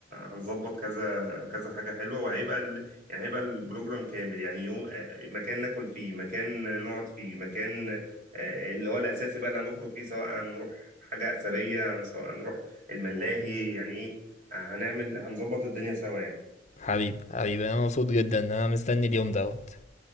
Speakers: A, on the right (about 40°); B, on the left (about 35°).
A: هنظبط كذا كذا حاجه حلوه وهيبقى ال... يعني هيبقى البروجرام كامل يعني يوم آه، مكان ناكل فيه مكان نقعد فيه مكان آه، اللي هو الاساسي بقى اللي هنخرج فيه سواء هنروح حاجه اثريه سواء هنروح الملاهي يعني ايه هنعمل هنظبط الدنيا سوا يعني
B: حبيبي حبيبي انا مبسوط جدا انا مستني اليوم دوت